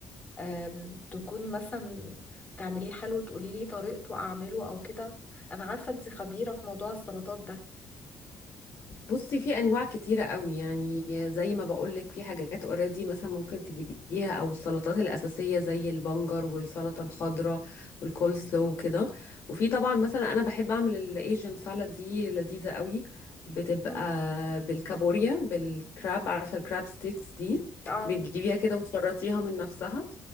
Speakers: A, on the left; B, on the left.
A: أم، تكوني مثلا تعمليه حلو تقولي لي طريقته أعمله أو كده أنا عارفة أنت خبيرة في موضوع السلطات ده
B: بصي في انواع كتيره قوي يعني زي ما بقولك في حاجات اوريدي مثلا ممكن تجيبيها او السلطات الاساسيه زي البنجر والسلطه الخضراء والكول سلو وكده وفي طبعا مثلا انا بحب اعمل الايجن سالاد دي لذيذه قوي بتبقى
A: مم.
B: بالكابوريا بالكراب عارفه الكراب ستيكس دي
A: اه
B: بتجيبيها كده وتشرطيها من نفسها